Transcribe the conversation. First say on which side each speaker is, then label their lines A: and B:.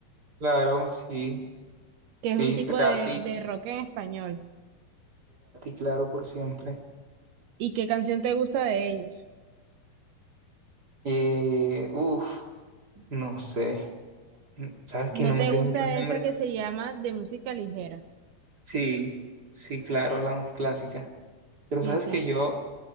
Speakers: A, on the right; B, on the right.
A: Claro, sí,
B: que
A: sí,
B: es un tipo
A: será
B: de,
A: a
B: de rock en español.
A: claro, por siempre.
B: ¿Y qué canción te gusta de ellos?
A: Eh, uf, no sé. ¿Sabes que
B: ¿No
A: no
B: te
A: me sé
B: gusta
A: muchos nombres?
B: esa que se llama de música ligera?
A: Sí, sí, claro, la más clásica. Pero
B: Sí,
A: sabes
B: sí.
A: que yo,